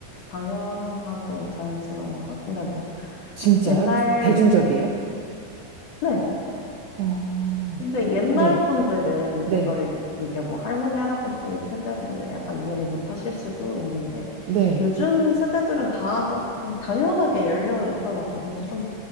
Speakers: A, on the left; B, on the right.
A: 당연하고 자연스러운 것? 근데 뭐,
B: 진짜요?
A: 옛날,
B: 대- 대중적이에요?
A: 네.
B: 어,
A: 근데 옛날
B: 네,
A: 분들은
B: 네,
A: 이거를 이제 뭐 할머니, 할아버지 세대은 약간 이해를 못 하실 수도 있는데,
B: 네.
A: 요즘 세대들은 다 그렇게 그냥 당연하게 열려 있더라고요. 그래서 좀